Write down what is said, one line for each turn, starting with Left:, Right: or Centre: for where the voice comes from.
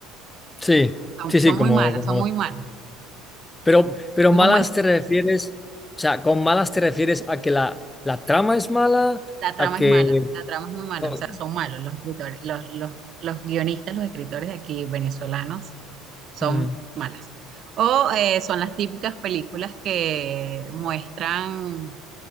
Left: sí,
Right: son,
Left: sí,
Right: son
Left: sí, como,
Right: muy malas,
Left: como
Right: son muy malas.
Left: Pero, pero
Right: No
Left: malas
Right: muest-
Left: te refieres, o sea, con malas te refieres a que la, la trama es mala,
Right: la trama
Left: a que...
Right: es mala, la trama es muy mala,
Left: oh,
Right: o sea, son malos los escritores, los, los, los guionistas, los escritores de aquí venezolanos son
Left: mm,
Right: malas. O eh, son las típicas películas que muestran